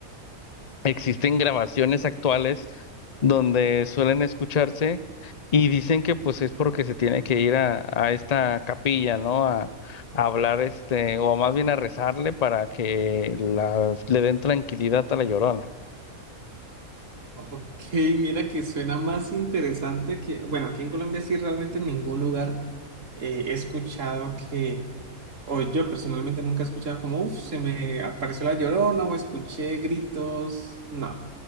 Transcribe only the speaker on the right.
Ok, mira que suena más interesante que, bueno, aquí en Colombia sí realmente en ningún lugar eh, he escuchado que O yo personalmente nunca he escuchado como, uff, se me apareció la llorona o escuché gritos. No,